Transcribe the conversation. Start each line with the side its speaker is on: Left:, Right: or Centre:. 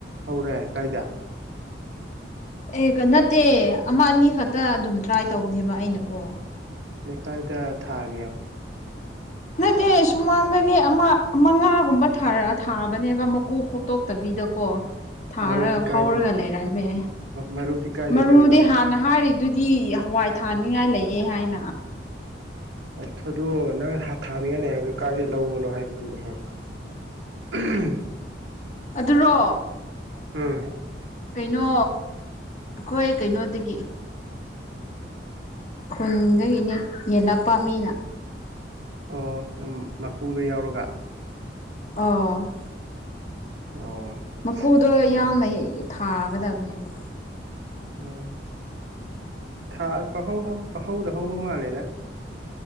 Right: ꯍꯧꯔꯦ ꯀꯥꯏꯗ
Left: ꯑꯦ ꯅꯠꯇꯦ ꯑꯃ ꯑꯅꯤ ꯈꯛꯇ ꯑꯗꯨꯝ ꯇ꯭ꯔꯥꯏ ꯇꯧꯕꯅꯦꯕ ꯑꯩꯅꯀꯣ
Right: ꯅꫭꯏ ꯀꯥꯏꯗ ꯊꯥꯒꯦꯕ
Left: ꯅꯠꯇꯦ ꯁꯨꯃꯥꯡꯗꯅꯦ ꯑꯃ ꯃꯉꯥꯒꯨꯝꯕ ꯊꯥꯕꯅꯦꯕ ꯃꯀꯣꯛ ꯈꯣꯛꯇꯣꯛꯇꯕꯤꯗ ꯀꯣ ꯊꯥꯔꯒ
Right: ꯃꯔꯨꯗꯤ ꯀꯥꯏꯗꯩ
Left: ꯍꯧꯔꯒ ꯂꯩꯔꯝꯃꯦ
Right: ꯃꯔꯨꯗꯤ ꯀꯥꯏꯗꯩ
Left: ꯃꯔꯨꯗꯤ
Right: ꯂꯧꯏꯕ
Left: ꯍꯥꯟꯅ ꯍꯥꯏꯔꯤꯗꯨ ꯗꯤ ꯍꯋꯥꯏ ꯊꯥꯅꯤꯉꯥꯏ ꯂꯩꯌꯦ ꯍꯥꯏꯅ
Right: ꯑꯊꯨꯗꯣ ꯅꯪ ꯊꯥꯅꯤꯡꯉꯥꯏ ꯂꯩ ꯍꯥꯏꯕꯗꯣ ꯀꯥꯏꯏꯗꯩ ꯂꯧꯕꯅꯣ ꯍꯥꯏꯕꯅꯤꯅꯦꯍꯦ ꯎꯝ
Left: ꯑꯗꯨꯔꯣ
Right: ꯎꯝ
Left: ꯀꯩꯅꯣ ꯑꯩꯈꯣꯏ ꯀꯩꯅꯣꯗꯒꯤ ꯈꯨꯟꯗꯒꯤꯅꯦ ꯌꯦꯜꯂꯛꯄ ꯃꯤꯅ
Right: ꯑꯣ ꯗꯨꯝ ꯃꯀꯨꯗꫭ ꯌꯥꯎꯔꯒ
Left: ꯑꯣ
Right: ꯑꯣ
Left: ꯃꯀꯨꯗꯣ
Right: ꯑꯗ
Left: ꯌꯥꯎꯅ ꯊꯥꯒꯗꯕꯅꯦꯕ
Right: ꯎꯝ ꯥ <unintelligible> ꯄꯥꯍꯧꯗ ꯍꯧꯕ ꯃꯥꯜꯂꯦꯗ